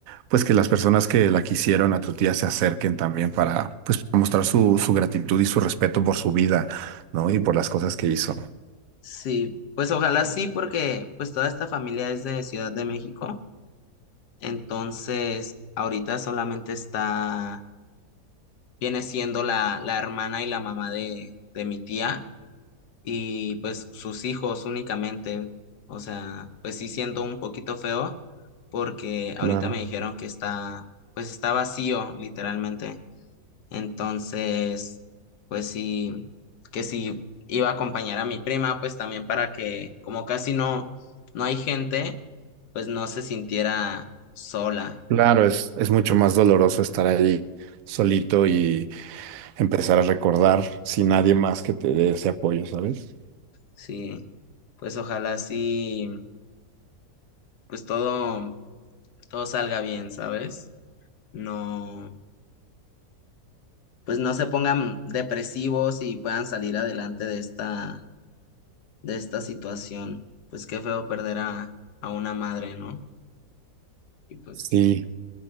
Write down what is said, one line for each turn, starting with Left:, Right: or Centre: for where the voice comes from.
Right: pues que las personas que la quisieron a tu tía se acerquen también para, pues, para mostrar su, su gratitud y su respeto por su vida, ¿no? Y por las cosas que hizo.
Left: Sí, pues ojalá sí, porque pues toda esta familia es de Ciudad de México, entonces ahorita solamente está, viene siendo la, la hermana y la mamá de, de mi tía y pues sus hijos únicamente. O sea, pues sí siento un poquito feo porque
Right: Claro.
Left: ahorita me dijeron que está, pues está vacío, literalmente. Entonces, pues sí, que sí iba a acompañar a mi prima, pues también para que, como casi no, no hay gente, pues no se sintiera sola.
Right: Claro, es, es mucho más doloroso estar ahí solito y empezar a recordar sin nadie más que te dé ese apoyo, ¿sabes?
Left: Sí, pues ojalá sí, pues todo, todo salga bien, ¿sabes? No, pues no se pongan depresivos y puedan salir adelante de esta, de esta situación. Pues qué feo perder a, a una madre, ¿no? Y pues.
Right: Sí,